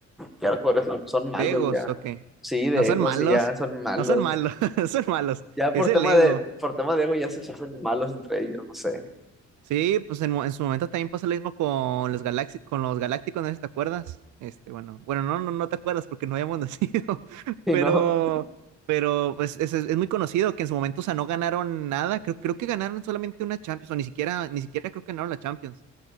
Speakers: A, in the centre; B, on the right.
A: ya los jugadores son, son
B: Degos,
A: malos ya.
B: ¿o qué?
A: Sí, de
B: No son
A: ego,
B: malos,
A: sí, ya son malos.
B: no son malos, <laughs> son malos,
A: Ya
B: es
A: por
B: el
A: tema
B: ego.
A: de, por tema de ego ya se hacen malos entre ellos, no sé. <laughs>
B: Sí, pues en, mo- en su momento también pasó lo mismo con los galaxi- con los galácticos, no sé si te acuerdas. Este, bueno, bueno, no, no, no te acuerdas porque no habíamos <laughs> nacido,
A: Y
B: pero,
A: no.
B: pero pues es, es- es muy conocido que en su momento, o sea, no ganaron nada. Creo, creo que ganaron solamente una Champions, o ni siquiera, ni siquiera creo que ganaron la Champions.